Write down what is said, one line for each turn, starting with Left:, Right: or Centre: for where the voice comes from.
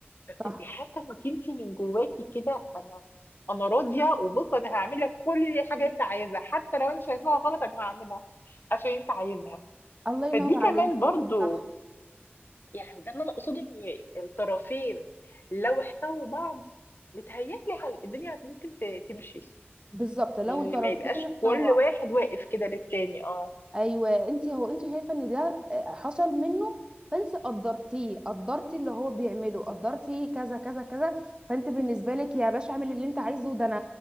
Left: فبتبقي
Right: صح
Left: حاسه انك انت من جواكي كده انا انا راضيه وبص انا هعمل لك كل حاجه انت عايزها حتى لو انا شايفاها غلط انا هعملها عشان انت عايزها
Right: الله ينور
Left: فدي
Right: عليكي
Left: كمان برضو
Right: صح
Left: يعني ده اللي انا اقصده ان الطرفين لو احتووا بعض متهيألي هل- الدنيا ممكن ت- تمشي
Right: بالظبط لو
Left: ان
Right: الطرفين
Left: ما يبقاش
Right: احتوى
Left: كل واحد واقف كده للتاني اه
Right: ايوه انت هو انت شايفه ان ده آه، حصل منه فانت قدرتيه قدرتي اللي هو بيعمله قدرتي كذا كذا كذا فانت بالنسبه لك يا باشا اعمل اللي انت عايزه ده انا